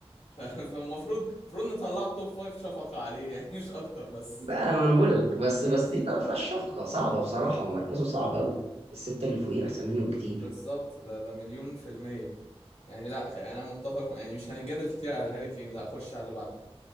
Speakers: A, on the left; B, on the right.
A: <laughs> ف- فالمفروض المفروض نطلعه التوب فايف شفقة عليه يعني مش اكتر بس
B: بقى ما انا بقول لك بس
A: بس
B: بس دي بقى ما فيهاش شفقه صعبه بصراحه
A: امم
B: ومركزه صعب قوي السته اللي فوقيه احسن منه بكتير
A: بالظبط ده ده مليون في المية يعني لا يعني انا متفق يعني مش هنتجادل كتير على هاري كين لا خش على اللي بعده